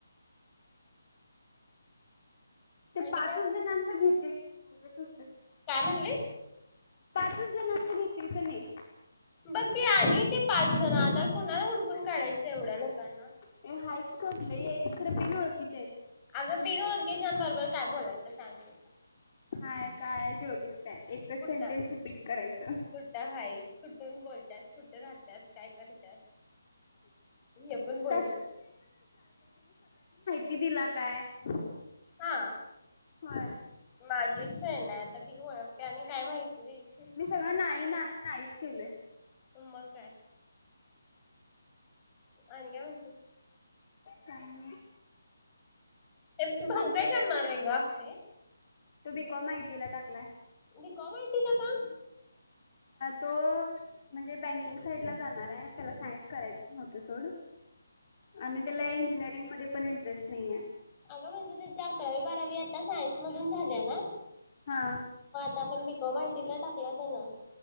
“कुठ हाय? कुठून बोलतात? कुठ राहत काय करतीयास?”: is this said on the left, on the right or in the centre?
Left